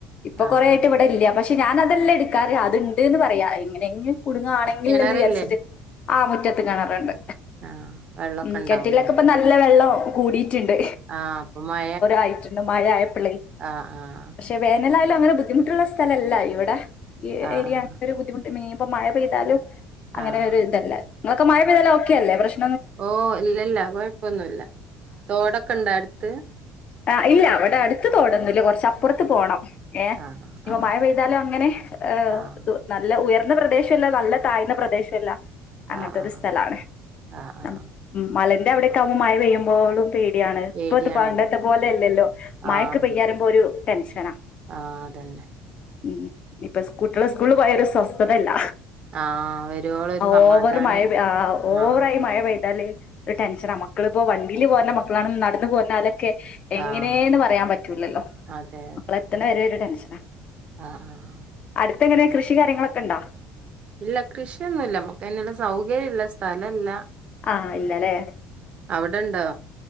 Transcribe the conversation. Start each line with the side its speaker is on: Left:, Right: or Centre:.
Left: ഇപ്പൊ
Right: ആഹ്
Left: കൊറേയിട്ട്
Right: ആഹ്
Left: ഇവിടെ ഇല്ല പ ക്ഷെ ഞാന് അതെല്ല എടുക്കാറ് അത്ണ്ട്ന്ന് പറയാ എങ്ങനെങ്കിലും കുട്ങ്ങാണെങ്കിൽ
Right: കിണറില്ലേ
Left: എന്ന് വിചാരിച്ചിട്ട് ആഹ് മുറ്റത്ത് കെണറ്ണ്ട്
Right: ആഹ് വെള്ളൊക്കെ
Left: ഉം
Right: ഉണ്ടാവൂലേ
Left: കെണറ്റിലൊക്കെ ഇപ്പ നല്ല വെള്ളം കൂടിയിട്ട്ണ്ട്
Right: ആഹ് ഇപ്പം മഴ
Left: ആയിട്ടുണ്ട് മഴായപ്പളേ
Right: ആഹ് ആഹ്
Left: ക്ഷേ വേനലായാലും അങ്ങനെ ബുദ്ധിമുട്ടുള്ള സ്ഥലല്ല ഇവിടെ ഈ
Right: ആഹ്
Left: ഏരിയ
Right: ആഹ്
Left: അങ്ങനൊരു ബുദ്ധിമുട്ട് മെയി ഇപ്പ മഴ പെയ്താലും അങ്ങനെ
Right: ആഹ്
Left: ഒരു ഇതല്ല ഇങ്ങളൊക്കെ മഴ പെയ്താലും ഓക്കെ അല്ലേ പ്രശ്
Right: ഓഹ് ഇല്ല ഇല്ല കൊഴപ്പൊന്നുല്ല തോടൊക്കെണ്ടോ അട്ത്ത്
Left: ആഹ് ഇല്ല ഇവിടെ അട്ത്ത് തോടന്നുല്ല കൊറച്ചപ്പർത്ത് പോണം ഏഹ്
Right: ആഹ്
Left: ഇഞ്ഞ്പ്പ
Right: ആഹ്
Left: മഴ പെയ്താലും അങ്ങനെ ഏഹ്
Right: ആഹ്
Left: നല്ല ഉയർന്ന പ്രദേശൊല്ല നല്ല താഴ്ന്ന പ്രദേശൊല്ല അങ്ങൻത്തൊരു
Right: ആഹ് ആഹ്
Left: സ്ഥലാണ്
Right: ആഹ് ആഹ്
Left: നമക്ക് ഉം മലന്റെ അവിടക്കെ ആവുമ്പോ മഴ പെയ്യുമ്പോഴും പേടിയാണ് ഇപ്പത്
Right: പേടിയാണല്ലോ
Left: പണ്ടത്തെ പോലെയല്ലല്ലോ മഴക്ക്
Right: ആഹ്
Left: പെയ്യാറിമ്പോ ഒരു ടെൻഷനാ
Right: ആഹ് അതെന്നെ
Left: ഉം ഇപ്പൊ സ്കൂട്ടള് സ്കൂള് പോയാരെ സ്വസ്ഥതല്ല
Right: ആഹ് വരുവോളൊരു സമാധാനം
Left: ഓവർ മഴ പെയ് ആഹ് ഓവറായി
Right: ആഹ്
Left: മഴ പെയ്താല് ഒരു ടെൻഷനാ മക്കളിപ്പോ വണ്ടിയില് പോര്ന മക്കളാണ് നടന്ന് പോന്നാലൊക്കെ എങ്ങനേന്ന്
Right: ആഹ്
Left: പറയാൻ പറ്റൂലല്ലോ
Right: അതെ അതെ
Left: മക്കള് എത്ത്ണ വരെ ഒരു ടെൻഷനാ
Right: ആഹ് ആഹ്
Left: അട്ത്ത് എങ്ങനെ കൃഷി കാര്യങ്ങളൊക്കെ ഇണ്ടോ
Right: ഇല്ല കൃഷിയൊന്നുല്ല മക്ക് അയ്ന്ള്ള സൗകര്യ ഇല്ല സ്ഥലല്ല
Left: ആഹ് ഇല്ലലേ
Right: അവ്ടെണ്ടോ